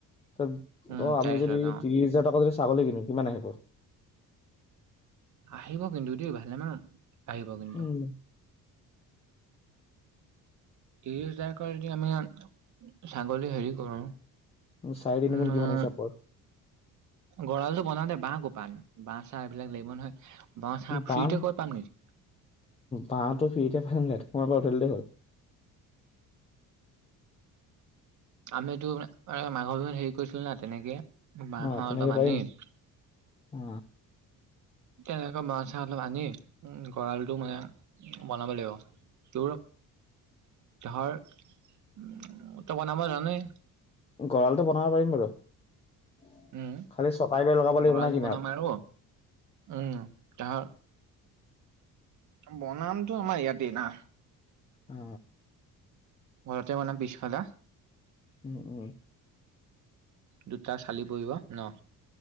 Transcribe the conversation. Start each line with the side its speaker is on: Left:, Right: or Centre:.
Left: ত
Right: উম
Left: ত
Right: চাৰি
Left: আমি
Right: হাজাৰ
Left: যদি
Right: টকা অ
Left: ত্ৰিছ হাজাৰ টকা যদি ছাগলী কিনো, কিমান আহিব?
Right: আহিব কিন্তু দেই, ভালেমান আহিব কিন্তু।
Left: উম
Right: ত্ৰিছ হাজাৰকৈ যদি আমি ছাগলী হেৰি কৰো
Left: চাৰি তিনি
Right: উম,
Left: গুণ কিমান হিচাপ কৰ
Right: গঁৰালটো বনাওতে বাহ ক পা আনিম? বাঁহ চাহ এইবিলাক লাগিব নহয়। বাঁহ চাহ ফ্ৰীতে
Left: বাঁহ,
Right: ক'ত পাম নেকি
Left: বাঁহটো ফিৰিতে পাম নাই, তোমাৰ পৰা উঠাই দিলেই হল। <inaudible>
Right: আমিতো মাঘৰ বিহুত হেৰি কৰিছিলো না তেনেকে। বাঁহৰ
Left: অ তেনেকে
Right: এটা বানিক
Left: পাৰিম অ
Right: তেনেকোৱা মা চা অলপ আনি উ গঁৰালটো মানে বনাব লাগিব। তোৰ ধৰ উম তই বনাব জানই।
Left: গঁৰা়লটো বনাব পাৰিম বাৰু। খালি
Right: উম
Left: চকাৰ গীয়াৰ লগাব
Right: গঁৰালটো
Left: লাগিব না কিনাৰত।
Right: বনাম আৰু উম তা বনামটো আমাৰ ইয়াতে না।
Left: অ।
Right: ঘৰতে বনাম পিছফালে।
Left: উম উম
Right: দুটা চালি পৰিব, ন?